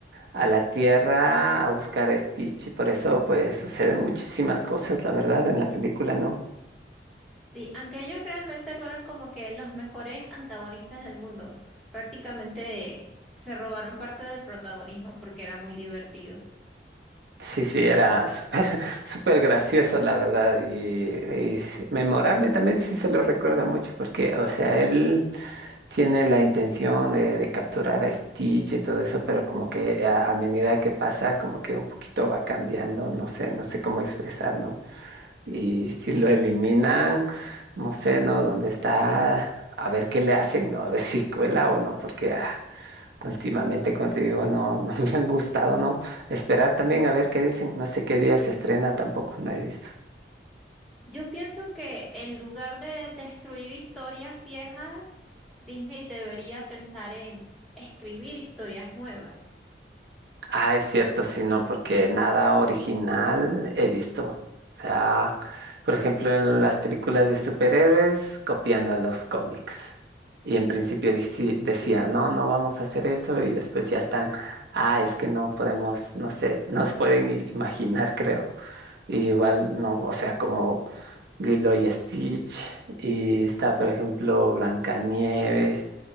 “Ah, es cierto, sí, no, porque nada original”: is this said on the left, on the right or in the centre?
Right